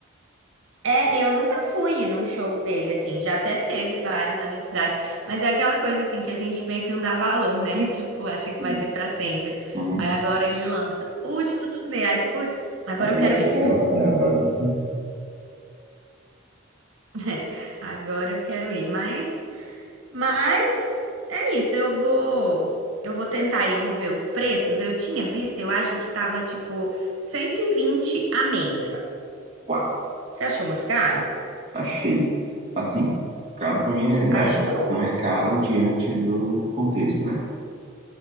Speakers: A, on the right; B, on the right.
A: é, e eu nunca fui num show dele, assim, já até teve vários na minha cidade, mas é aquela coisa, assim, que a gente meio que não dá valor, né? <laughs> Tipo, acha que
B: Sim.
A: vai ter pra sempre.
B: Uhum.
A: Aí agora ele lança, última turnê, aí, putz, agora
B: Aí
A: eu quero
B: agora...
A: ir.
B: É, agora tem...
A: <laughs> Agora eu quero ir, mas. Mas é isso, eu vou eu vou tentar e eu vou ver os preços. Eu tinha visto, eu acho que tava tipo 120 a meia.
B: Uau!
A: Você achou muito caro?
B: Achei. Assim, caro para minha realidade.
A: Achou?
B: Não é caro diante do contexto, né?